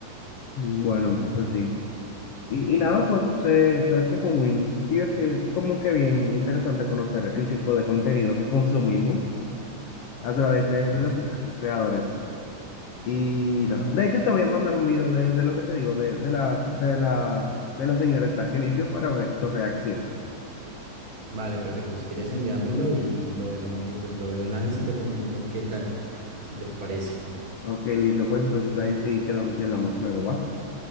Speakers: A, on the left (about 80°); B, on the right (about 40°).
A: Bueno, pues sí. Y, y nada, fue, se, sabes que fue muy divertido, como que bien interesante conocer el tipo de contenido que consumimos a través de,
B: Ujú.
A: de los diferentes creadores. Y nada, de hecho te voy a mandar un video de, de lo que te digo, de, de la, de la, de la señora está que limpio para ver tu reacción.
B: Vale, perfecto. Si quieres enviármelo y lo vemos, y pues lo veo una vez y te comento qué tal, si te parece.
A: Ok, listo, pues entonces ahí sí quedamos y hablamos luego, ¿va?